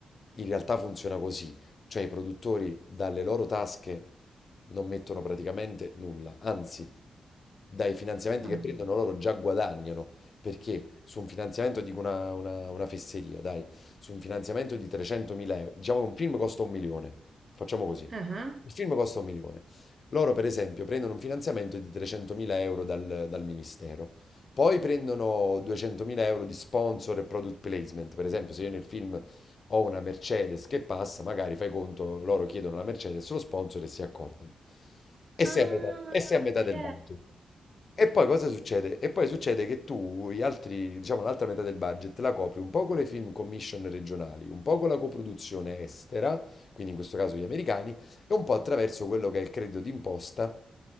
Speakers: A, on the left; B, on the right.
A: in realtà funziona così. Cioè i produttori dalle loro tasche non mettono praticamente nulla, anzi, dai finanziamenti
B: Ah,
A: che prendono loro già guadagnano, perché su un finanziamento, dico una, una, una fesseria, dai, su un finanziamento di 300.000 euro, diciamo che un film costa un milione, facciamo così.
B: ah, ah.
A: Il film costa un milione. Loro, per esempio, prendono un finanziamento di 300.000 euro dal, dal ministero. Poi prendono 200.000 euro di sponsor e product placement. Per esempio, se io nel film ho una Mercedes che passa, magari fai conto, loro chiedono la Mercedes, lo sponsor e si accordano. E
B: Ah,
A: sei a metà, e sei a metà
B: ok.
A: del budget. E poi cosa succede? E poi succede che tu, gli altri, diciamo, l'altra metà del budget la copri un po' con le film commission regionali, un po' con la coproduzione estera, quindi in questo caso gli americani, e un po' attraverso quello che è il credito d'imposta